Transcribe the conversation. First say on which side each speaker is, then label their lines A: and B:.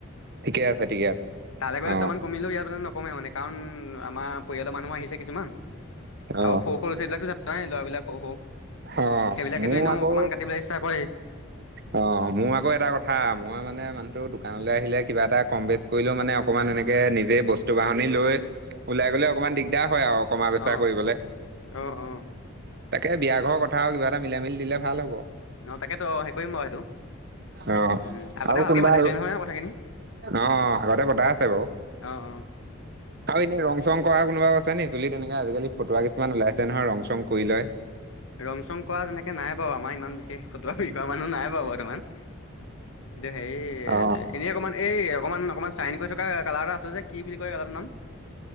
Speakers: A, on the right; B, on the left.
A: ঠিকে আছে ঠিকে আছে
B: তালে গ'লে
A: অ
B: দুটামান কমিলেও ইয়াত মানে নকমে মানে কাৰণ আমাৰ পৰিয়ালৰ মানুহ আহিছে কিছুমান
A: অ
B: আৰু সৰু সৰু লআ-ছোৱালীবিলাকতো যানাই ল'ৰা বিলাক সৰু সৰু
A: অ
B: সেইবিলাকে
A: মোৰ
B: তো এনেও
A: আকৌ
B: অকমান কাটিবলে ইচ্ছা কৰে
A: অ মোৰ আকৌ এটা কথা মই মানে মানুহটো দোকানলে আহিলে কিবা এটা কম বেছ কৰিলও মানে অকমান এনেকে নিজে বস্তু বাহনি লৈ ওলাই গ'লে অকমান দিগদাৰ হয় আও কমা বেচা
B: অ'
A: কৰিবলে
B: অ অ
A: তাকে বিয়া ঘৰৰ কথা আৰু কিবা এটা মিলাই মিলি দিলে ভাল হব
B: অ তাকে ত হেৰি কৰিম মই সেইটো
A: অ
B: উম, আগতে
A: আৰু
B: ভালকে
A: কোনোবা
B: পাতিছোৱে
A: আৰু
B: নহয় কথাখিনি।
A: অ আগতে বতা আছে বাও
B: অ অ ঠিক আছে
A: আৰু এনেই ৰং চং কৰা কোনবাও আছে নি চুলিত এনেকুৱা আজিকালি ফটুৱা কিছুমান ওলাইছে নহয় ৰং চং কৰি লয়
B: ৰং চং কৱা তেনেকে নাই বাউ আমাৰ ইমান বিশেষ ফটোৱামী কৰা মানুহ নাই বাউ বৰ্তমান এতিয়া হেৰি
A: অ
B: এনেই অকণমান এই অকণমান অকণমান চাইন কৰি থকা কালাৰ এটা আছে যে কি বুলি কয় কালাৰটোৰ নাম